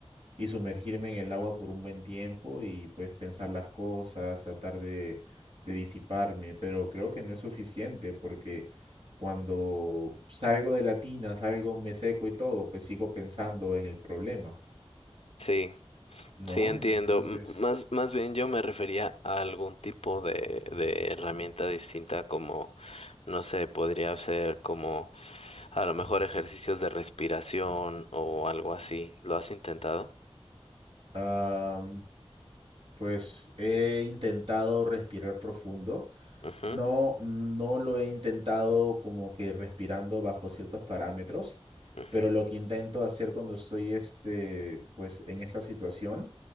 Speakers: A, on the right; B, on the left.
A: y sumergirme en el agua por un buen tiempo y pues pensar las cosas, tratar de, de disiparme, pero creo que no es suficiente porque cuando salgo de la tina, salgo, me seco y todo, pues sigo pensando en el problema,
B: Sí,
A: ¿no?
B: sí entiendo.
A: Entonces,
B: M- más, más bien yo me refería a algún tipo de, de herramienta distinta como, no sé, podría ser como a lo mejor ejercicios de respiración o algo así. ¿Lo has intentado?
A: ah, pues he intentado respirar profundo
B: Ujú,
A: No, no lo he intentado como que respirando bajo ciertos parámetros,
B: ujú.
A: pero lo que intento hacer cuando estoy este, pues en esta situación